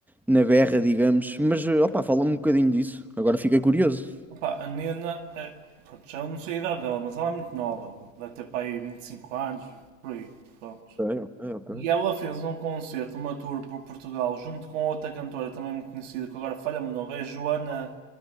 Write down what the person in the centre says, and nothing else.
na berra, digamos. Mas, eh, opá, fala-me um bocadinho disso, agora fiquei curioso.
Ok, ok, ok.